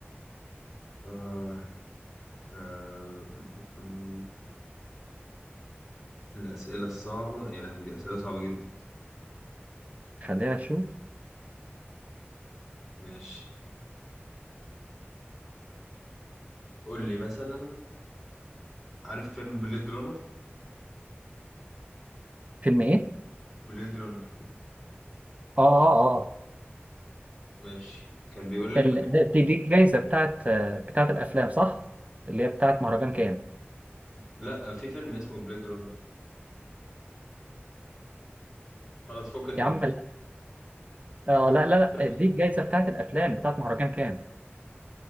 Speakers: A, in the centre; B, on the right.
A: آه. آه، م- م- الأسئلة الصعبة يا لهوي دي أسئلة صعبة جدا
B: خلينا نشوف
A: ماشي قول لي مثلا عارف فيلم بليد رانر
B: فيلم ايه
A: بليد رانر
B: اه اه اه
A: ماشي كان بيقول لك
B: ال... ده- دي دي الجايزه بتاعت آه، بتاعت الافلام صح اللي هي بتاعت مهرجان كام
A: لا في فيلم اسمه بليد رانر خلاص فكك
B: يا
A: من
B: عم
A: دي
B: لا آه
A: ع-
B: لا
A: شفت
B: لا
A: فيلم
B: لا، دي الجايزه بتاعت الافلام بتاعت مهرجان كام